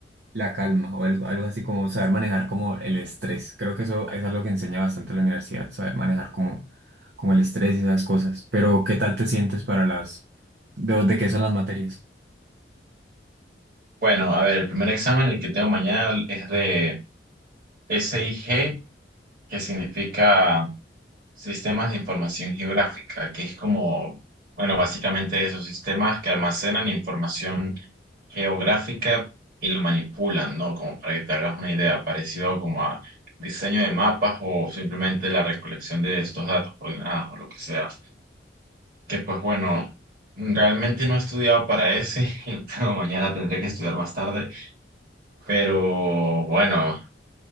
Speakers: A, on the right; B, on the right.
A: la calma o algo, algo así como saber manejar como el estrés. Creo que eso es algo que enseña bastante la universidad, saber manejar como, como el estrés y esas cosas. Pero, ¿qué tal te sientes para las, de, de qué son las materias?
B: Bueno, a ver, el primer examen, el que tengo mañana, es de SIG, que significa Sistemas de Información Geográfica, que es como, bueno, básicamente esos sistemas que almacenan información geográfica y lo manipulan, ¿no? Como para que te hagas una idea, parecido como a diseño de mapas o simplemente la recolección de estos datos coordenados o lo que sea. Que pues bueno, realmente no he estudiado para ese, <laughs> y mañana tendré que estudiar más tarde, pero bueno.